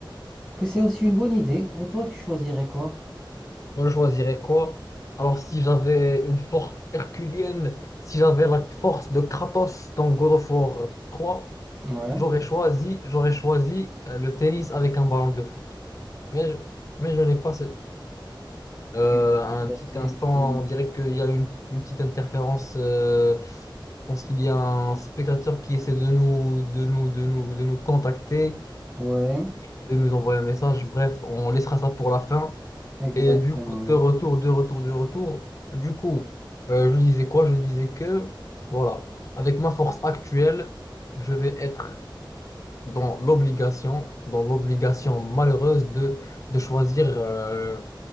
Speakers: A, on the right; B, on the left.
A: que c'est aussi une bonne idée. Et toi, tu choisirais quoi?
B: moi je choisirais quoi? Alors si j'avais une force herculienne, si j'avais la force de Kratos dans God of War 3,
A: Ouais.
B: j'aurais choisi, j'aurais choisi euh, le tennis avec un ballon de foot. Mais je, mais je n'ai pas cette... Euh,
A: Tu
B: un
A: choisis
B: petit instant,
A: le tennis.
B: on dirait qu'il y a une, une petite interférence. euh, je pense qu'il y a un spectateur qui essaie de nous, de nous, de nous, de nous contacter,
A: Ouais,
B: qui essaie de nous envoyer un message. Bref, on laissera ça pour la fin.
A: exactement,
B: Et du coup,
A: oui.
B: de retour, de retour, de retour. Du coup, euh, je disais quoi? Je disais que, voilà, avec ma force actuelle, je vais être dans l'obligation, dans l'obligation malheureuse de, de choisir, euh,